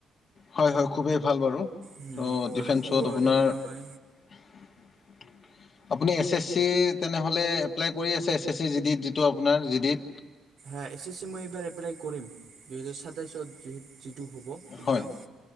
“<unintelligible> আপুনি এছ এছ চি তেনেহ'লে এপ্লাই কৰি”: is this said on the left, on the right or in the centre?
Left